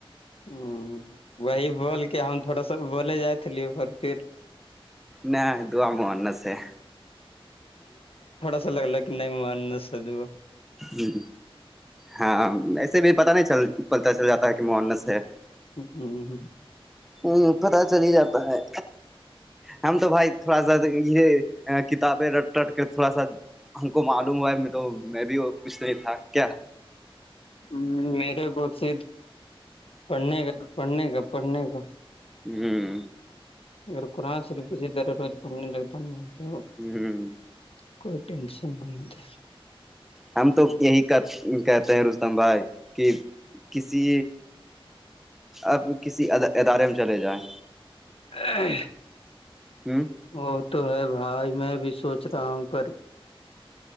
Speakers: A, on the left; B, in the centre.
A: ہ وہی بول کے ہم تھوڑا سا بولے جا لیے پر پھر
B: نہ دعا مانگنے سے
A: اا لگ کہ نہیں منا سادو
B: ہ ہاں ایسے بھی پتا نہیں چل پلتا چل جاتا کہ مانس ہے
A: ہہ۔ ہہم
B: ہوں پتا چل ہی جاتا ہے ہم تو بھائی تھوڑا سا یہ کتابیں رٹ رٹ کے تھوڑا سا ہم کو معلوم ہوا تو میں بھی وہ کچھ نہیں تھا کیا
A: ہ میرے بہت سے پڑھنے کا پڑھنے کا پڑھنے کا
B: ہہم
A: اگر قرآن شاریف کسی طر روز پڑھنے لگتا نا تو
B: ہہم
A: کوئی ٹینشن نہی رںتا
B: ہم تو یہی کہتے ہیں رستم بھائی کہ کسی اب کسی ادارے میں چلے جائیں
A: <inaudible>
B: ہوں
A: وہ تو ہے بھائی میں بھی سوچھ رہا ہوں پر